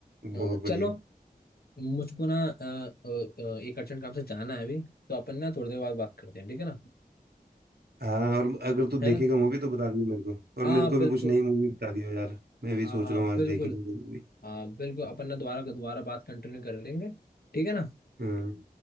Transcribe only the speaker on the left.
अ,
चलो मुझको ना अ, अ, अ, एक अर्जेंट काम से जाना है अभी तो अपन ना थोड़ी देर बाद बात करते हैं ठीक है ना
है ना
हाँ
बिल्कुल
हाँ
हाँ
बिल्कुल
हाँ बिल्कुल अपन ना दोबारा दोबारा बात कंटिन्यू कर लेंगे ठीक है ना